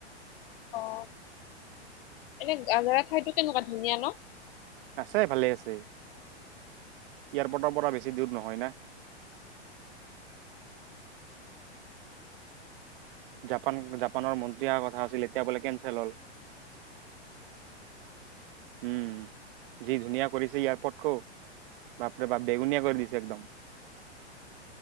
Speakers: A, on the left (about 55°); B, on the right (about 50°).
A: অহ। তুমি আজৰা খাই পাইছা? ধূনীয়া ন?
B: আছে ভালে আছে। এয়াৰপৰ্টৰ পৰা বেছি দূৰ নহয় না। জাপান, জাপানৰ মন্ত্ৰী অহাৰ কথা আছিল এতিয়া বোলে কেনচেল হ'ল। উম, যি ধুনীয়া কৰিছে এয়াৰপৰ্টতোক বাপৰে বাপ বেগুনীয়া কৰি দিছে একদম।